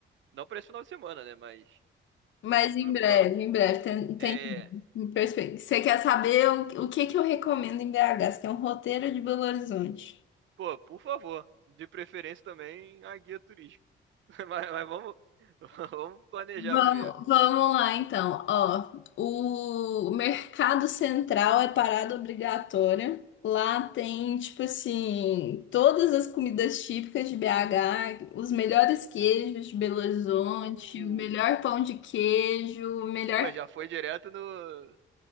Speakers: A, on the right (about 70°); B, on the left (about 70°).
A: Não para esse final de semana, né? Mas
B: Mas
A: num futuro
B: em breve,
A: próximo.
B: em breve, tem, tem
A: É,
B: em perspe- Você quer saber o, o que que eu recomendo em BH? Você tem um roteiro de Belo Horizonte.
A: pô, por favor, de preferência também a guia turística. <laughs> Mas, mas vamos, <laughs> vamos planejar
B: Vamos,
A: primeiro.
B: vamos lá então. Ó, o Mercado Central é parada obrigatória. Lá tem, tipo assim, todas as comidas típicas de BH, os melhores queijos de Belo Horizonte,
A: Uh,
B: o melhor pão de queijo, o melhor
A: pô, já foi direto no,